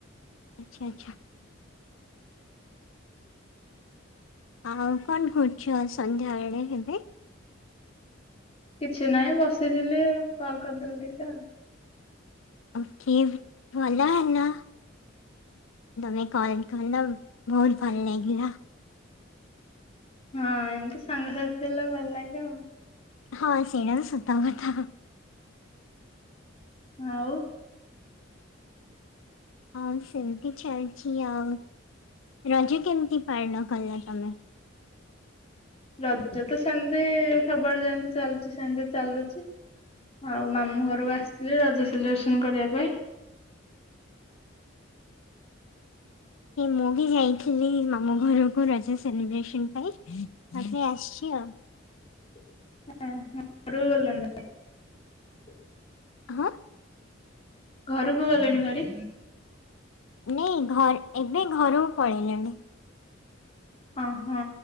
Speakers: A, on the left; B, on the left.
A: ଆଚ୍ଛା ଆଚ୍ଛା। ଆଉ କଣ କରୁଛୁ ସନ୍ଧ୍ୟାବେଳେ ଏବେ।
B: କିଛି ନାହିଁ ବସିଥିଲି କଲ କରିଦେଲେ ଟିକେ ଆଉ।
A: ଓକେ ଭଲ ହେଲା ତମେ କଲ୍ କଲ ବହୁତ ଭଲ ଲାଗିଲା।
B: ହଁ ଏତା ସାଙ୍ଗସଥି ହେଲା ଭଲ ଲାଗିବ।
A: ହଁ ସେଟା ସତ କଥା।
B: ଆଉ।
A: ହଁ ସେମିତି ଚାଲିଛି ଆଉ ରଜ କେମିତି ପାଳନ କଲ ତମେ?
B: ରଜ ତ ସେମିତି ସବୁଆଡେ ଯମ ଚାଲୁଛି ସେମିତି ଚାଲୁଛି ଆଉ ମାମୁଁ ଘରକୁ ଆସିଥିଲି ରଜ ସେଲିବ୍ରେସନ କରିବା ପାଇଁ।
A: ମୁଁ ବି ଯାଇଥିଲି ମାମ ଘରକୁ ରଜା ସେଲିବ୍ରେସନ ପାଇଁ ତାପରେ ଆସିଛି ଆଉ।
B: <unintelligible>
A: ହଁ।
B: ଘରୁ କୁ ଗଲେଣି ଭାରି।
A: ନାଇ ଘର ଏବେ ଘରକୁ ପଳେଇଲେଣି।
B: ଅ ହଁ